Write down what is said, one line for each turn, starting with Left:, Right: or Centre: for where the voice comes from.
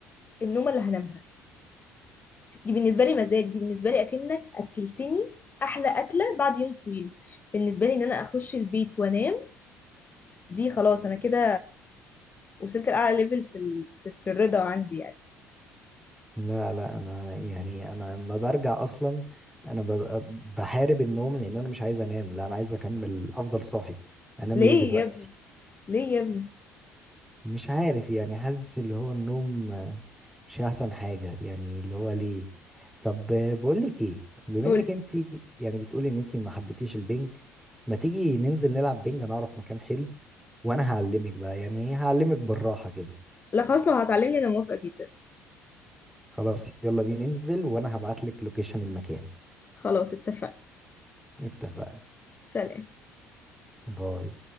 Left: النوم اللي هنام دي بالنسبة لي مزاج دي بالنسبة لي أكنك أكلتني أحلى أكلة بعد يوم طويل بالنسبة لي إن أنا أخش البيت وأنام دي خلاص أنا كده وصلت لأعلى ليفل في, ال... في, في الرضا عندي يعني
Centre: لا لا انا يعني انا لما برجع اصلا انا ببقى بحارب النوم لان انا مش عايز انام لا انا عايز اكمل افضل صاحي انام
Left: ليه
Centre: ليه دلوقتي
Left: يا ابني ليه يا ابني
Centre: مش عارف يعني حاسس اللي هو النوم آه، مش احسن حاجة يعني اللي هو ليه طب آه، بقولك ايه بما
Left: قولي
Centre: انك انت يعني بتقولي ان انت ما حبيتيش البنك ما تيجي ننزل نلعب بنج انا اعرف مكان حلو وانا هعلمك بقى يعني ايه هعلمك بالراحة كده
Left: لا خلاص لو هتعلمني أنا موافقة جدا
Centre: خلاص يلا بينا ننزل وانا هبعت لك لوكيشن المكان
Left: خلاص اتفقنا
Centre: اتفقنا
Left: سلام
Centre: باي